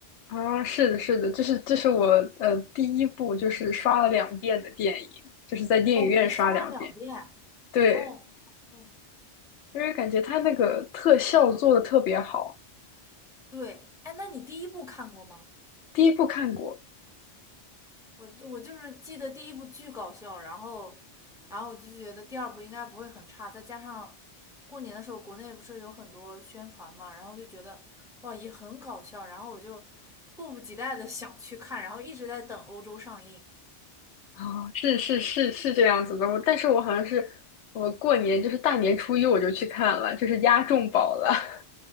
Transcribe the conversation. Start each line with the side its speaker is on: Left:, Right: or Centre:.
Left: 啊，是的，是的，这是这是我呃第一部就是刷了两遍的电影，就是在电影院刷两遍。
Centre: 哦，你刷了两遍？
Left: 对，
Centre: 哦哦，哦
Left: 因为感觉他那个特效做的特别好。
Centre: 对，哎，那你第一部看过吗？
Left: 第一部看过
Centre: 我就我就是记得第一部巨搞笑，然后然后我就觉得第二部应该不会很差，再加上过年的时候国内不是有很多宣传嘛，然后就觉得哇也很搞笑，然后我就迫不及待的想去看，然后一直在等欧洲上映。
Left: 啊，是是是是这样子的。我但是我好像是我过年就是大年初一我就去看了，就是押中宝了。